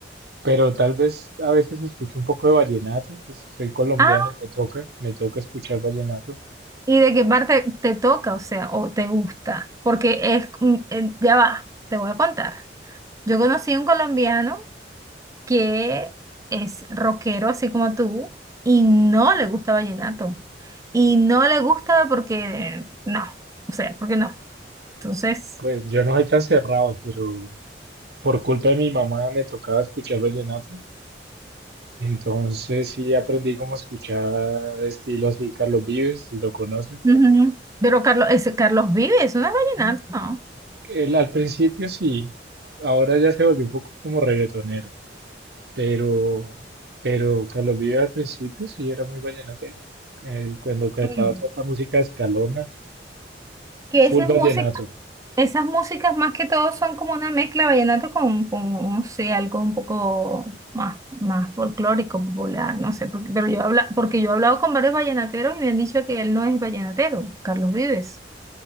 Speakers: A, on the right; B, on the right.
A: Pero tal vez a veces escucho un poco de vallenato, pues soy colombiano
B: Ah,
A: y me toca, me toca escuchar vallenato.
B: ¿y de qué parte te toca, o sea, o te gusta? Porque es, mm, eh, ya va, te voy a contar. Yo conocí a un colombiano que es rockero así como tú y no le gusta vallenato. Y no le gusta porque no, o sea, porque no. Entonces,
A: Pues yo no soy tan cerrado, pero por culpa de mi mamá me tocaba escuchar vallenato. Entonces sí aprendí cómo escuchar estilo así, Carlos Vives, si lo conoces.
B: ujú. Pero Carlos, ese Carlos Vives, no es vallenato, no.
A: Él al principio sí, ahora ya se volvió un poco como reggaetonero, pero, pero Carlos Vive al principio sí era muy vallenatero. Eh, cuando cantaba
B: Mm.
A: toda esta música escalona,
B: Que esas
A: full vallenato.
B: músicas, esas músicas más que todo son como una mezcla de vallenato con, con, no sé, algo un poco más, más folclórico, popular, no sé, porque- pero yo habla, porque yo he hablado con varios vallenateros y me han dicho que él no es vallenatero, Carlos Vives.